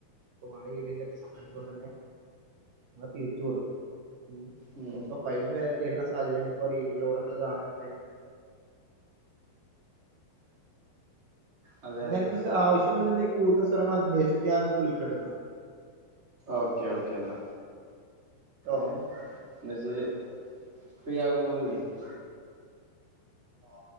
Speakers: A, on the right (about 75°); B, on the right (about 20°).
A: ഇപ്പൊ മഴ ഇയിതിന്റെ ഒക്കെ സമയം
B: ഉം
A: കൊണ്ടേന്നേ നമ്മളെ തിരിച്ചു വിടും ഉ
B: ഉം
A: ചെലപ്പോ ഫൈൻ വരെ തരുന്ന സാഹചര്യങ്ങ ഇപ്പോ റീലിലോടൊക്ക കാണാൻ കഴിയണ്ട്
B: അതെ
A: ന്ന
B: അതെ
A: ഞാൽ അനക്ക് ആവശ്യണ്ട് ന്ന്ണ്ടകി കൂടുതൽ സ്ഥലങ്ങ അന്വേഷിട്ട് ഞാൻ വിളിക്കൻണ്ട്ഞ്ഞ
B: ഓക്കേ ഓക്കേ എന്ന
A: ട്ടോ
B: ഏ ഇന്നജ് ഫ്രീ ആകുമ്പോന്ന് വിളിക്ക്
A: ആ